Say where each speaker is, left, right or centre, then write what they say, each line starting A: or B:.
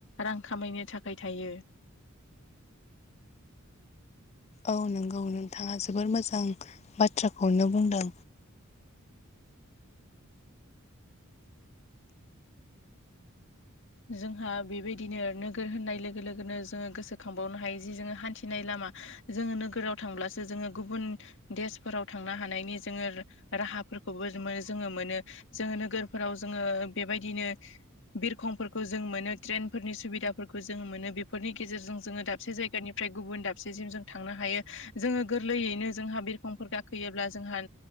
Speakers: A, on the left; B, on the left.
A: रां खामायनो थाखाय थायो।
B: औ नंगौ नोंथाङा जोबोर मोजां बाथ्राखौनो बुंदों।
A: जोंहा बेबायदिनो नोगोर होननाय लोगो लोगोनो जोङो गोसोखांबावनो हायो जि जोङो हान्थिनाय लामा जोङो नोगोराव थांब्लासो जोङो गुबुन देसफोराव थांनो हानायनि जोङो राहाफोरखौबो जोङो मोनो। जोङो नोगोरफोराव जोङो बेबायदिनो बिरखंफोर खो जों मोनो ट्रेनफोरनि सुबिदाफोरखौ जों मोनो बेफोरनि गेजेरजों जोङो दाबसे जायगानिफ्राय गुबुन दाबसेसिम जों थांनो हायो जोङो गोरलैयैनो जोंहा बिरखंफोर गाखोयोब्ला जोंहा